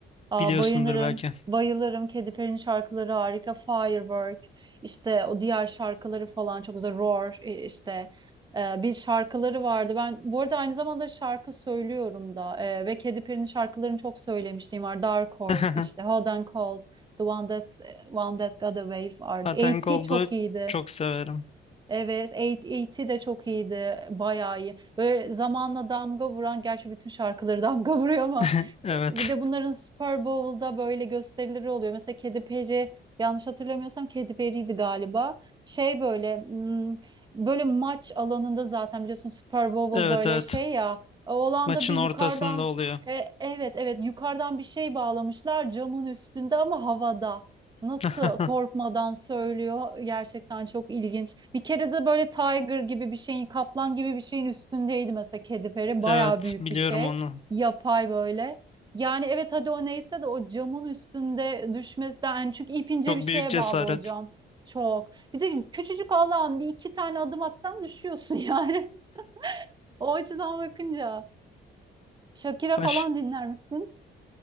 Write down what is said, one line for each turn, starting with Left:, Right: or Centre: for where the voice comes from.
Right: Aa,
Left: Biliyorsundur
Right: bayılırım.
Left: belki.
Right: Bayılırım. Katy Perry'nin şarkıları harika. Firework. işte o diğer şarkıları falan çok güzel. Roar e, işte e, bir şarkıları vardı. Ben bu arada aynı zamanda şarkı söylüyorum da e, ve Katy Perry'nin şarkılarını çok söylemişliğim var. Dark Horse
Left: <laughs>
Right: işte Hot and Cold, The One That e, One That Got Away vardı.
Left: Aten
Right: A.T.
Left: Cold'u
Right: çok iyiydi.
Left: çok severim.
Right: Evet, 8 de çok iyiydi. Bayağı iyi. Böyle zamanla damga vuran, gerçi bütün şarkıları <laughs> damga vuruyor ama
Left: <laughs> Evet.
Right: bir de bunların Super Bowl'da böyle gösterileri oluyor. Mesela Kedi Peri, yanlış hatırlamıyorsam Kedi Perry'ydi galiba. Şey böyle hmm, böyle maç alanında zaten biliyorsun Super Bowl
Left: Evet
Right: böyle
Left: evet.
Right: şey ya o alanda
Left: Maçın
Right: bir yukarıdan
Left: ortasında oluyor.
Right: e, evet evet yukarıdan bir şey bağlamışlar camın üstünde ama havada. Nasıl
Left: <laughs>
Right: korkmadan söylüyor. Gerçekten çok ilginç. Bir kere de böyle tiger gibi bir şeyin, kaplan gibi bir şeyin üstündeydi mesela kedi peri. Bayağı
Left: Evet
Right: büyük
Left: biliyorum
Right: bir şey.
Left: onu.
Right: Yapay böyle. Yani evet hadi o neyse de o camın üstünde düşmesi de yani çünkü ipince
Left: Çok
Right: bir şeye
Left: büyük cesaret.
Right: bağlı o cam. Çok. Bir de küçücük Allah'ın bir iki tane adım atsan düşüyorsun yani. <laughs> O açıdan bakınca. Shakira
Left: Baş.
Right: falan dinler misin?